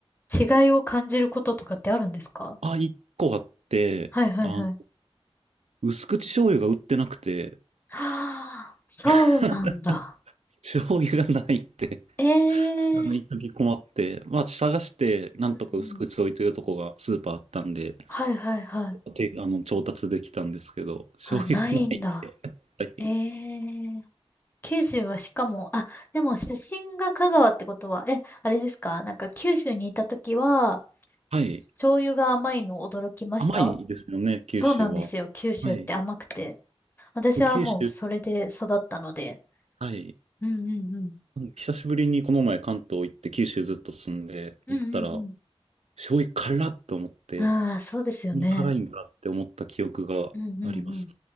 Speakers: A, on the left; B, on the right.
A: 違いを感じることとかってあるんですか
B: あ、一個あって、
A: はいはいはい。
B: あ、
A: <gasps>
B: 薄口醤油が売ってなくて、
A: はあ、そうなんだ。
B: <laughs> 醤油がないって
A: ええ
B: あの、一時困って、まあ、探して、なんとか薄口置いてるとこがスーパーあったんで、
A: うんうんはいはいはい。
B: て、あの、調達できたんですけど、<laughs> 醤油がないんで。
A: あ、ないんだ。
B: <laughs> はい。
A: ええ九州はしかも、あ、でも出身が香川ってことは、え、あれですかなんか九州にいた時は、
B: はい。
A: 醤油が甘いの驚きました
B: 甘いですよね、九州は。
A: そうなんですよ。九州って甘くて。
B: はい。
A: 私はもうそれで育ったので。
B: 九州、はい。
A: うんうんうん。
B: 久しぶりにこの前関東行って九州ずっと住んで行ったら、
A: うんうん
B: 醤油辛っと思って、
A: うん。ああ、そうですよね。
B: こんな辛いんかって思った記憶があります。
A: うんうんうん。